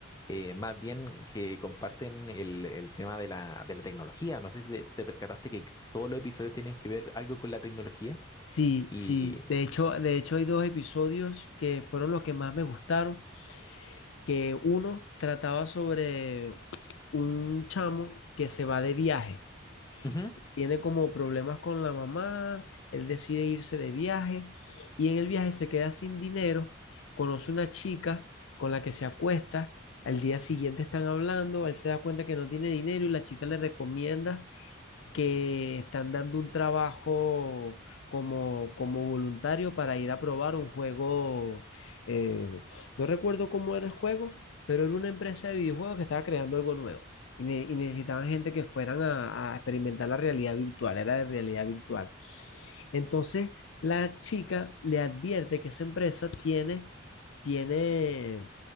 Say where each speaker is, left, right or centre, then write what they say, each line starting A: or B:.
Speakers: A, on the left; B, on the left.
A: eh, más bien que comparten el, el tema de la, de la tecnología, no sé si te, te percataste que todos los episodios tienen que ver algo con la tecnología
B: Sí,
A: y...
B: sí, de hecho, de hecho hay dos episodios que fueron los que más me gustaron que uno trataba sobre un chamo que se va de viaje.
A: Ujú.
B: Tiene como problemas con la mamá, él decide irse de viaje y en el viaje se queda sin dinero, conoce una chica con la que se acuesta, al día siguiente están hablando, él se da cuenta que no tiene dinero y la chica le recomienda que están dando un trabajo como, como voluntario para ir a probar un juego, eh, no recuerdo cómo era el juego, pero era una empresa de videojuegos que estaba creando algo nuevo. Y, ne- y necesitaban gente que fueran a, a experimentar la realidad virtual, era de realidad virtual. Entonces, la chica le advierte que esa empresa tiene, tiene